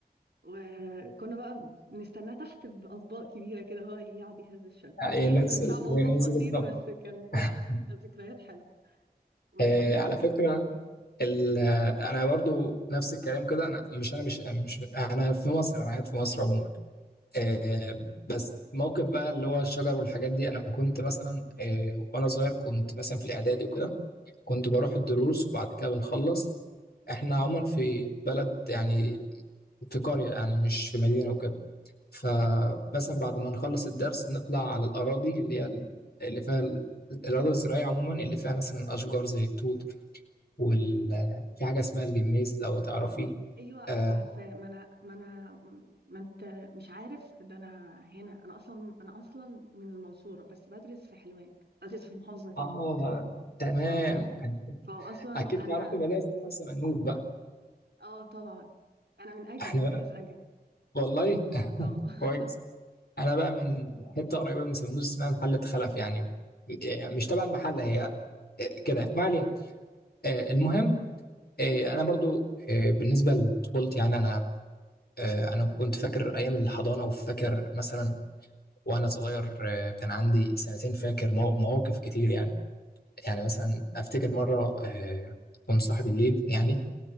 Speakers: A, on the right (about 75°); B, on the left (about 70°).
A: وكنا بقى بنستناه تحت بأطباق كبيرة كده هو يقعد يهز الشجر
B: ينزل
A: تحس البتاع موضوع
B: ينزل
A: خطير
B: الطب
A: بس كان
B: <laughs>
A: ذكريات حلوة وكنت
B: آه على فكره ال- آه، انا برضو نفس الكلام كده انا مش انا مش مش انا في مصر انا قاعد في مصر عموما آه
A: كس...
B: بس موقف بقى اللي هو الشجر والحاجات دي انا كنت مثلا آه وانا صغير كنت مثلا في الاعدادي وكده كنت بروح الدروس وبعد كده بنخلص احنا عموما في بلد يعني في قرية يعني مش في مدينة وكده فمثلا بعد ما نخلص الدرس نطلع على الأراضي اللي هي اللي فيها ال- الأراضي الزراعية عموما اللي فيها مثلا أشجار زي التوت وال في حاجة اسمها الجميز لو تعرفيه
A: ايوه
B: آه.
A: ايوه عارفاه ما انا ما انا ما انت مش عارف ده انا هنا انا اصلا انا اصلا من المنصورة بس بدرس في حلوان بدرس في محافظة تانية
B: آه تمام
A: ف... فاصلا
B: أكيد تعرفي
A: انا
B: مدينة اسمها سمنود بقى
A: اه طبعا انا من اجا
B: احنا
A: مركز
B: بقى
A: اجا
B: والله <laughs>
A: اه <laughs>
B: كويس انا بقى من حته قريبه من سموز اسمها محله خلف يعني يعني مش تبع المحله هي كده ما علينا آه، المهم آه، انا برضو آه، بالنسبه لطفولتي يعني انا آه، انا كنت فاكر ايام الحضانه وفاكر مثلا وانا صغير آه، كان عندي سنتين فاكر مو- مواقف كتير يعني يعني مثلا افتكر مره آه، كنت صاحي بالليل يعني